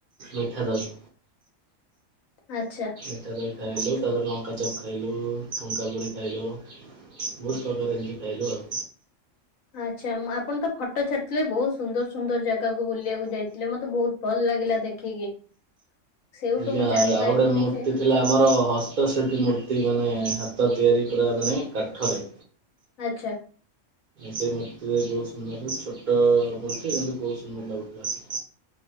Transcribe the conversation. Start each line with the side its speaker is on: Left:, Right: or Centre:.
Right: ମିଠା ଦାଲ
Left: ଆ୍ଛା।
Right: ଏଟା ବି ଖାଇଲୁ ତାପରେ ଲଙ୍କାଚପ୍ ଖାଇଲୁ ଫୁଙ୍କାପୁଡ଼ି ଖାଇଲୁ। ବହୁତ ପ୍ରକାର ଏମିତି ଖାଇଲୁ ଆଉ।
Left: ଆଛା ଆପଣ ତ ଫଟୋ ଛାଡିଥିଲେ, ବହୁତ ସୁନ୍ଦର ସୁନ୍ଦର ଜାଗା। ବୁଲିବାକୁ ଯାଇଥିଲେ, ମତେ ବହୁତ ଭଲ ଲାଗିଲା ଦେଖିକି। ସେଇଠୁ
Right: ଆଜ୍ଞା
Left: ମୁଁ ଜାଣିପାରିଲି
Right: ଆଉ ଗୋଟେ ମୂର୍ତ୍ତି
Left: ଯେ
Right: ଥିଲା ଆମର ହସ୍ତଶିଳ୍ପୀ ମୂର୍ତ୍ତି, ମାନେ ହାତ ତିଆରି କ ମାନେ କାଠରେ
Left: ଆଛା।
Right: ସେ ମୋତେ ବହୁତ ସୁନ୍ଦର ଛୋଟ <unintelligible> ଯେମତି ବହୁତ ସୁନ୍ଦର ଲାଗୁଥିଲା।